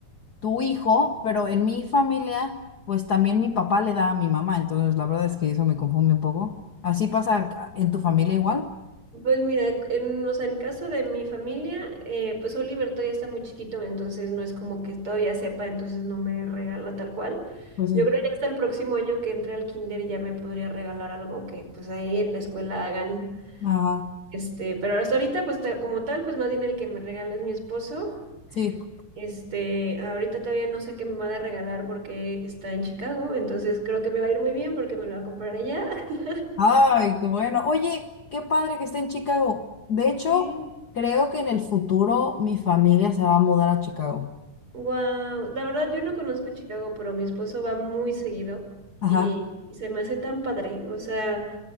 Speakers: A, on the left; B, on the right.
A: tu hijo, pero en mi familia, pues también mi papá le da a mi mamá, entonces la verdad es que eso me confunde un poco. ¿Así pasa ca- en tu familia igual?
B: Pues mira, en, o sea, en caso de mi familia, eh, pues Oliver todavía está muy chiquito, entonces no es como que todavía sepa, entonces no me regala tal cual.
A: Pues sí.
B: Yo creo que hasta el próximo año que entre al kinder ya me podría regalar algo que pues ahí en la escuela hagan.
A: Ajá,
B: Este, pero hasta ahorita, pues ta- como tal, pues más bien el que me regala es mi esposo.
A: sí,
B: Este, ahorita todavía no sé qué me va a regalar porque está en Chicago, entonces creo que me va a ir muy bien porque me lo va a comprar allá. <laughs>
A: Ay, qué bueno. Oye, qué padre que esté en Chicago. De hecho,
B: Sí.
A: creo que en el futuro mi familia se va a mudar a Chicago.
B: Wow, la verdad yo no conozco Chicago, pero mi esposo va muy seguido
A: Ajá,
B: y, y se me hace tan padre. O sea,